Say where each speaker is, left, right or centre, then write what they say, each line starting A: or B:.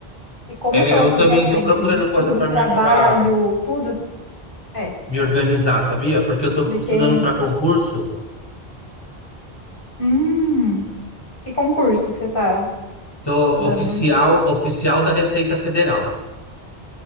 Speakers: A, on the left; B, on the left.
A: e como
B: é,
A: eu tô assim
B: eu também
A: com as
B: estou
A: frentes,
B: procurando
A: estudo,
B: coisa para
A: trabalho,
B: me ajudar a
A: tudo, é,
B: me organizar, sabia? Porque eu estou
A: porque,
B: estudando para concurso,
A: hum, que concurso que você tá
B: tô
A: estudando?
B: oficial, oficial da Receita Federal.